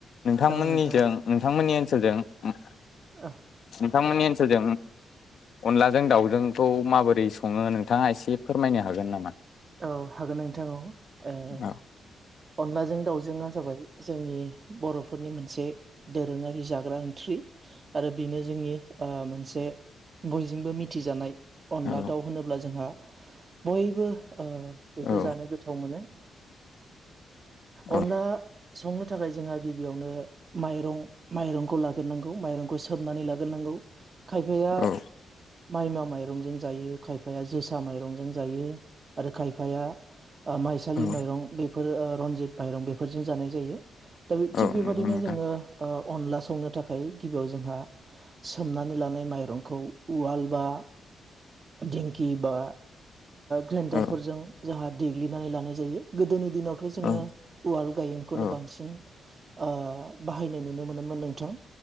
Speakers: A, on the left; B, on the right.
A: नोंथांमोननिजों
B: औ नोंथां
A: नोंथांमोननि <inaudible>
B: <inaudible>
A: बिथांमोननि ओनसोलजों अनलाजों दाउजोंखौ माबोरै संङो नों नोंथाङा एसे फोरमायनो हागोन नामा?
B: औ हागोन नोंथां औ ओ
A: औ
B: अनलाजों दाउजोंआ जाबाय जोंनि बर'फोरनि मोनसे दोरोङारि जाग्रा ओंख्रि आरो बेनो जोंनि ओ मोनसे बयजोंबो मिथि जानाय अनला
A: औ
B: दाउ होनोब्ला जोंहा बयबो ओ बेखौ
A: औ
B: जानो गोथाव मोनो।
A: औ
B: अनला संनो थाखाय जोंहा गिबियावनो माइरं माइरंखौ लाग्रोनांगौ माइरं सोमनानै लागोरनांगौ खायफाया
A: औ
B: मायमा मायरंजों जायो खायफाया जोसा माइरंजों जायो आरो खायफाया ओ माइसालि
A: औ
B: माइरं बेफोर ओ रनजित माइरं बेफोरजों जानाय जायो। दा थिग
A: औ
B: बेबादिनो
A: नंगौ नोंथां
B: जोङो ओ अनला संनो थाखाय गिबियाव जोंहा सोमनानै लानाय माइरंखौ उवाल बा दिंकि बा ग्रेनदार
A: औ
B: जोंहा देग्लिनानै लानाय जायो गोदोनि दिनावथ' जोङो
A: औ
B: उवाल गायेनखौनो
A: औ
B: बांसिन ओ बाहायनाय नुनो मोनोमोन नोंथां